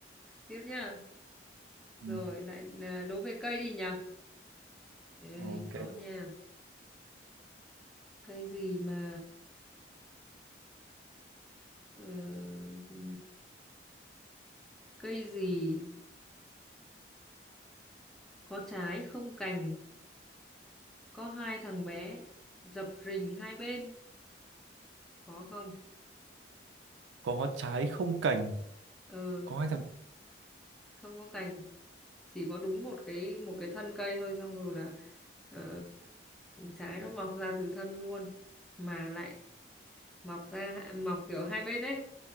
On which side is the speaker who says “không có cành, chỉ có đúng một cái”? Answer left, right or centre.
Centre